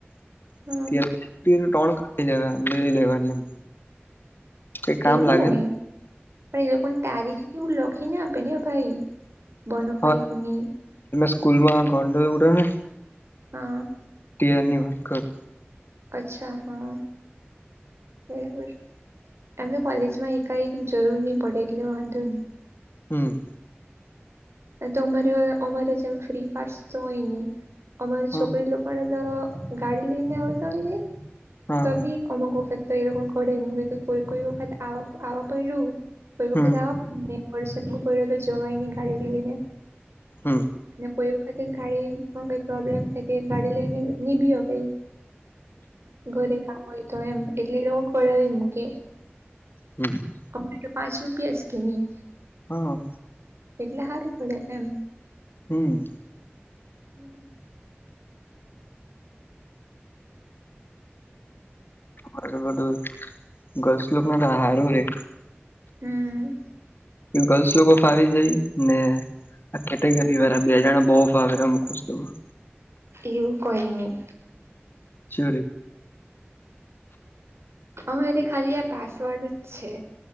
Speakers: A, on the right; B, on the left.
A: હા
B: ટ કાઢી લેવા લે લેવાની એમ. કઈ કામ
A: એવું
B: લાગે
A: હોય, પણ એ લોકો તારીખ ને એવું લખીને આપે ને ભાઈ. બોનોફાઈટની.
B: હા તમે સ્કૂલ માં ઘોંડ ઉડ્યો ને.
A: હા.
B: જ્યાર ની વાત કરુ.
A: અચ્છા હા, બરાબર. એમ તો કોલેજ માં એકાએક જરૂર નહી પડે એટલે વાંધો નહી.
B: હમ.
A: તો અમારે અમારે જેમ ફ્રી પાસ તો હોય નહી, અમારે
B: હા
A: છોકરી લોકોને તો ગાડી લઈને આવ તો હોય ને,
B: હા
A: તો બી અમુક વક્ત તો એ લોકોમ ઘર એમ લોકો એક ખા આ આવવા પરું, ખા
B: હમ
A: આવા મે વરસાદ બ પડ્યો તો જવાય નહી ગાડી લઈને.
B: હમ
A: અને પો ખા ગાડી મ પ્રબ્લેમ થાય ગાડી લઈને નહીં ભી અવાય. ઘરે કામ હોય તો એમ એટલે હું ખોડાવી મુકે.
B: હમ.
A: આપડે તો પાંચ રૂપીસ કે નહીં.
B: હા.
A: એટલે હારું પડે એમ.
B: હમ્મ.
A: <inaudible>
B: <unintelligible> બધું ગર્લ્સ લોકને તો હારુ રહે.
A: હમ્મ.
B: ને ગર્લ્સ લોકો ફાવી જાય ને આ કેટેગરીવાળા બે જણા બહું ફાવે <unintelligible>
A: એવું કહી નહીં.
B: <unintelligible>
A: અમારે ખાલી આ પાસવર્ડ જ છે.